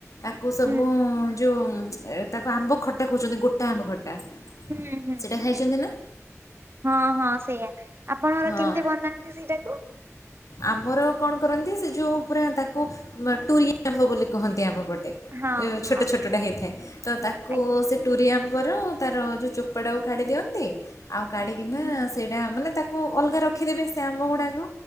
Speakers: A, on the left (about 85°); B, on the right (about 50°).
A: ତାକୁ ସବୁ
B: ହୁଁ
A: ଯୋଉ ତାକୁ ଆମ୍ବ ଖଟା କହୁଚନ୍ତି ଗୋଟା ଆମ୍ବ ଖଟା।
B: ହୁଁ ହୁଁ ହୁଁ।
A: ସେଇଟା ଖାଇଛନ୍ତି ନା
B: ହଁ ହଁ ସେଇଆ। ଆପଣଙ୍କ ଘରେ
A: ହଁ
B: କେମିତି ବନାନ୍ତି ସେଇଟାକୁ?
A: ଆମର କଣ କରନ୍ତି ସେଯେଉଁ ପରା ତାକୁ ଟୁରି ଆମ୍ବ ବୋଲି କୁହନ୍ତି ଆମ ପଟେ।
B: ହଁ
A: ଏ
B: ହଁ
A: ଛୋଟ ଛୋଟଟା ହେଇଥାଏ ତତାକୁ
B: ଆଜ୍ଞା।
A: ସେ ଟୁରି ଆମ୍ୱର ତାର ଯୋଉ ଚୋପାଟାକୁ କାଢି ଦିଅନ୍ତି ଆଉ କାଢିକିନା
B: ହୁଁ
A: ସେ ସେଟା ମାନେ ତାକୁ ଅଲଗା ରଖିଦେବେ ସେଆମ୍ବ ଗୁଡ଼ାକ